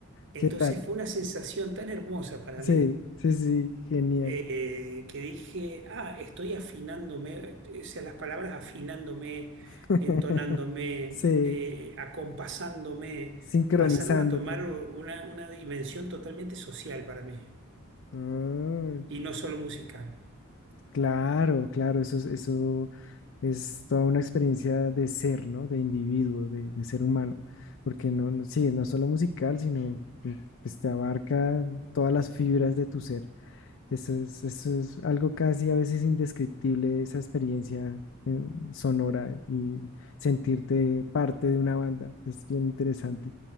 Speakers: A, on the right; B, on the left.
A: Entonces
B: ¿Qué tal?
A: fue una sensación tan hermosa para
B: Sí,
A: mí
B: sí, sí, genial.
A: eh, que dije, ah, estoy afinándome, eh, o sea, las palabras afinándome,
B: <laughs>
A: entonándome, eh,
B: Sí,
A: acompasándome,
B: sincronizándote.
A: pasaron a tomar una, una dimensión totalmente social para mí
B: Ah,
A: y no solo musical,
B: claro, claro, eso es, eso es toda una experiencia de ser, ¿no? De individuo, de, de ser humano, porque no, no- sí, no es solo musical, sino que, pues, te abarca todas las fibras de tu ser. Eso es, eso es algo casi a veces indescriptible, esa experiencia eh, sonora y sentirte parte de una banda. Es bien interesante.